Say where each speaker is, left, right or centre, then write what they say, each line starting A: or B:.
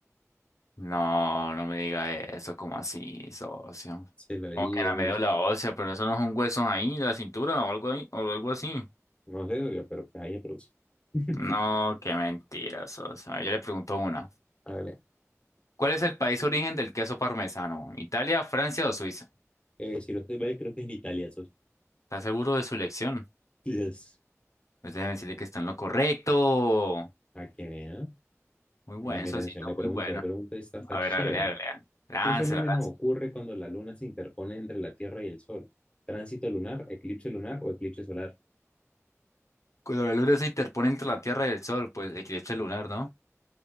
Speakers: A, on the left; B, on the left.
A: No, no me diga eso, como así, socio?
B: Se lo digo,
A: Como que en la
B: socio.
A: médula ósea, pero eso no es un hueso ahí, de la cintura o algo ahí, o algo así.
B: No sé, socio, pero ahí se produce. <laughs>
A: No, qué mentirosos. A ver, yo le pregunto una.
B: Hágale.
A: ¿Cuál es el país origen del queso parmesano? ¿Italia, Francia o Suiza?
B: Eh, si no estoy mal, creo que es en Italia, esos
A: ¿Está seguro de su elección?
B: días.
A: Pues déjeme decirle que está en lo correcto.
B: Para que vea.
A: Muy buen,
B: Bueno, mira,
A: socito,
B: atención, le pregunto,
A: muy bueno.
B: le pregunto, esta está
A: A
B: chévere.
A: ver, hágale, hágale. hágale. Láncela,
B: ¿Qué fenómeno
A: láncela.
B: ocurre cuando la luna se interpone entre la Tierra y el Sol? ¿Tránsito lunar, eclipse lunar o eclipse solar?
A: Cuando la luna se interpone entre la Tierra y el Sol, pues eclipse lunar, ¿no?